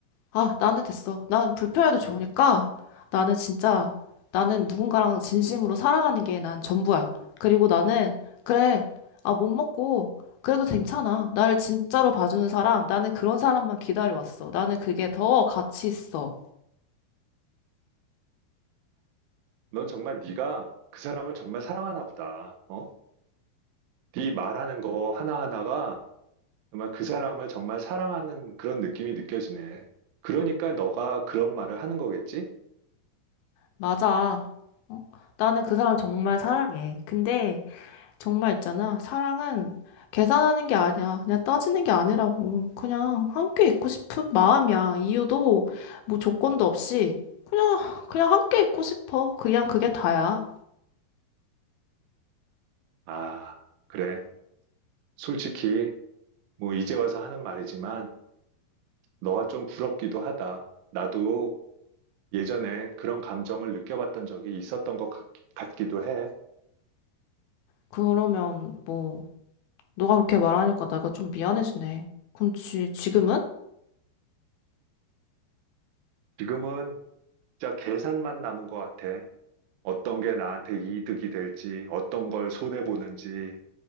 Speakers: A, on the left (about 75°); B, on the right (about 75°).
A: 아, 나는 됐어. 난 불편해도 좋으니까 나는 진짜 나는 누군가랑 진심으로 사랑하는 게 난 전부야. 그리고 나는 그래. 아, 못 먹고 그래도 괜찮아. 나를 진짜로 봐주는 사람, 나는 그런 사람만 기다려왔어. 나는 그게 더 가치 있어.
B: 넌 정말 네가 그 사람을 정말 사랑하나 보다. 어? 네 말하는 거 하나하나가 정말 그 사람을 정말 사랑하는 그런 느낌이 느껴지네. 그러니까 너가 그런 말을 하는 거겠지?
A: 맞아. 어? 나는 그 사람 정말 사랑해. 근데 정말 있잖아. 사랑은 계산하는 게 아니야. 그냥 따지는 게 아니라고. 그냥 함께 있고 싶은 마음이야. 이유도 뭐 조건도 없이 그냥 그냥 함께 있고 싶어. 그냥 그게 다야.
B: 아, 그래. 솔직히 뭐 이제 와서 하는 말이지만 너가 좀 부럽기도 하다. 나도 예전엔 그런 감정을 느껴봤던 적이 있었던 것 같, 기도 해.
A: 그러면 뭐 너가 그렇게 말하니까 내가 좀 미안해지네. 그럼 지, 지금은?
B: 지금은 진짜 계산만 남은 것 같아. 어떤 게 나한테 이득이 될지, 어떤 걸 손해보는지,